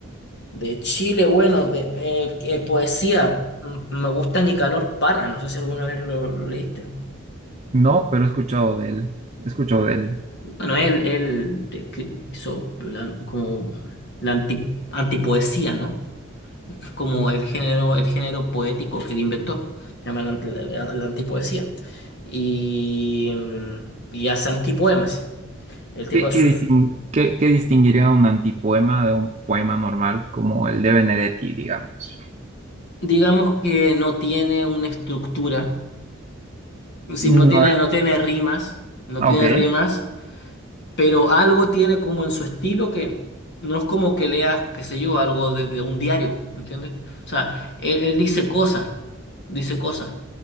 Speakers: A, on the left; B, on the right.
A: de Chile, bueno, de eh, que poesía, mm, me gusta Nicanor Parra, no sé si alguna vez lo, lo leíste.
B: No, pero he escuchado de él, he escuchado de él.
A: Bueno, él, él escri- hizo la- como la anti- antipoesía, ¿no? Es como el género, el género poético que él inventó, se llama la, anti- la- la- la antipoesía. Y, y hace antipoemas. El tipo
B: ¿Qué,
A: de
B: qué
A: sus,
B: distin- qué- qué distinguiría un antipoema de un poema normal como el de Benedetti, digamos?
A: digamos que no tiene una estructura, es decir,
B: No,
A: no tiene, no tiene rimas, no
B: ah,
A: tiene
B: ok,
A: rimas, pero algo tiene como en su estilo que no es como que leas, qué sé yo, algo de, de un diario, ¿entiendes? O sea, él, él dice cosas, dice cosas,